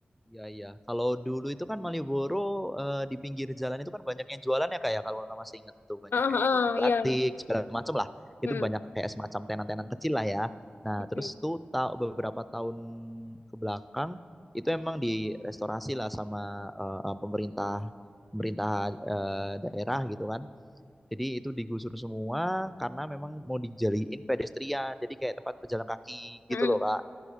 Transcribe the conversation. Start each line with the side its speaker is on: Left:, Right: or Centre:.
Centre: Iya iya. Kalau dulu itu kan Malioboro eh, di pinggir jalan itu kan banyak yang jualan ya kayak kalau kamu masih ingat tuh banyak
Left: Ah,
Centre: kayak
Left: ah,
Centre: jualan
Left: ah, iya.
Centre: batik segala macam lah. Itu
Left: Hmm.
Centre: banyak kayak semacam tenan-tenan kecil lah ya. Nah terus
Left: Hmm.
Centre: tuh tahu beberapa tahun ke belakang itu emang direstorasi lah sama eh, eh, pemerintah pemerintah eh, daerah gitu kan. Jadi itu digusur semua karena memang mau dijadiin pedestrian. Jadi kayak tempat pejalan kaki
Left: Hmm.
Centre: gitu loh Kak.